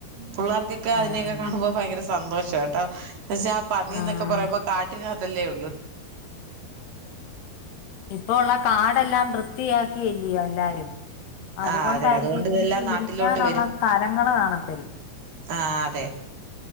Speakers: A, on the right; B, on the left.
A: ഫുള്ള ക്ക് അതിനെയെക്കെ
B: ആഹ് ആഹ്
A: കാണുമ്പോ ഭയങ്കര സന്തോഷം ട്ടേട്ടാ എന്നച്ചാ ആ പന്നിന്നൊക്കെ
B: ആഹ്
A: പറയുമ്പോ കാട്ടിന അതല്ലേ ഒള്ളു
B: ഇപ്പ ഉള്ള കാടെല്ലാം വൃത്തിയാക്കിയില്ലിയോ എല്ലാരും അതുകൊണ്ടായിരിക്കും
A: ആഹ് അതെ അതുകൊണ്ട്
B: ഇനൊക്കെ
A: ഇതെല്ലാം നാട്ടിലോട്ട്
B: ഇരിക്കാനുള്ള
A: വരും.
B: സ്ഥലങ്ങൾ കാണത്തില്ല
A: ആഹ് അതെ